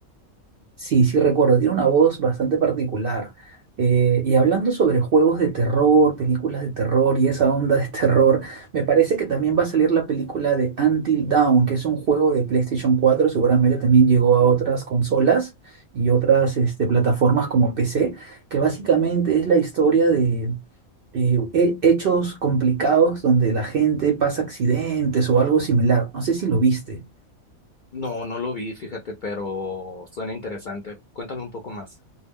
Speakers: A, on the right; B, on the left.
A: Sí, sí recuerdo, tiene una voz bastante particular. Eh, y hablando sobre juegos de terror, películas de terror y esa onda de <laughs> terror, me parece que también va a salir la película de Until Dawn, que es un juego de PlayStation cuatro. seguramente también llegó a otras consolas y otras este, plataformas como PC, que básicamente es la historia de eh, he- hechos complicados donde la gente pasa accidentes o algo similar. No sé si lo viste.
B: No, no lo vi, fíjate, pero suena interesante. Cuéntame un poco más.